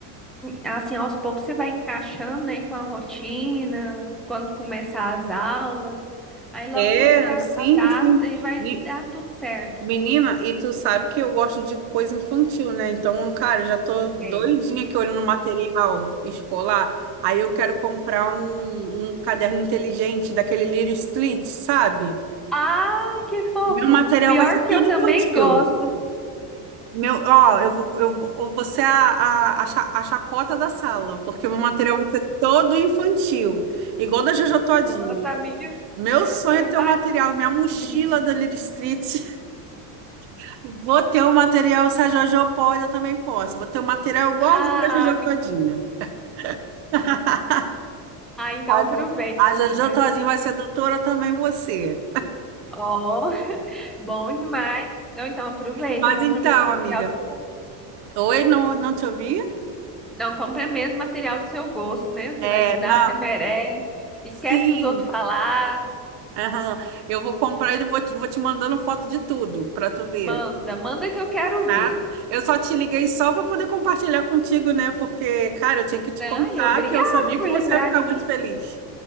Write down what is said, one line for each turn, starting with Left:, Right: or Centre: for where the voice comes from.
Centre: assim, aos poucos você vai encaixando, né, com a rotina, quando começar as aulas. Aí logo
Right: É,
Centre: você a-
Right: sim,
Centre: adapta
Right: sim.
Centre: e vai
Right: E,
Centre: dar tudo certo.
Right: menina, e tu sabe que eu gosto de coisa infantil, né? Então, cara, eu já tô doidinha
Centre: Sei.
Right: aqui olhando material escolar. Aí eu quero comprar um, um caderno inteligente daquele Little Street, sabe?
Centre: Ah, que fofo!
Right: Meu material
Centre: Pior
Right: vai ser
Centre: que
Right: tudo
Centre: eu também
Right: infantil.
Centre: gosto.
Right: Meu, ó, eu vou, eu vou eu vou ser a, a, a, cha- a chacota da sala, porque meu material vai ser todo infantil, igual da Jojo Todinho.
Centre: Nossa, amiga,
Right: Meu sonho
Centre: eu
Right: é ter o material, minha
Centre: imagino.
Right: mochila
Centre: viu?
Right: da Little Street. <laughs> Vou ter o material, se a Jojo pode, eu também posso. Vou ter o material igualzinho
Centre: Ah,
Right: da Jojo
Centre: amiga.
Right: Todinho. <laughs>
Centre: ah, então
Right: A,
Centre: aproveita,
Right: a
Centre: amiga.
Right: Jojo Todinho vai ser
Centre: Tem
Right: doutora
Centre: que-
Right: também, você.
Centre: Ó, <laughs> bom demais. Não, então aproveita,
Right: Mas
Centre: compra
Right: então,
Centre: mesmo material
Right: amiga.
Centre: do seu
Right: Oi, não, não te ouvi?
Centre: Não, compra mesmo material do seu gosto, né? Você
Right: É,
Centre: vai estudar,
Right: não.
Centre: você merece. Esquece
Right: Sim,
Centre: que os outros falar.
Right: Aham. Eu vou comprar e vou te, vou te mandando foto de tudo para tu ver,
Centre: Manda, manda que eu quero
Right: tá?
Centre: ver.
Right: Eu só te liguei só para poder compartilhar contigo, né? Porque, cara, eu tinha que te
Centre: Não,
Right: contar
Centre: e obrigada
Right: que eu sabia
Centre: por
Right: que você
Centre: lembrar
Right: ia ficar
Centre: de mim.
Right: muito feliz,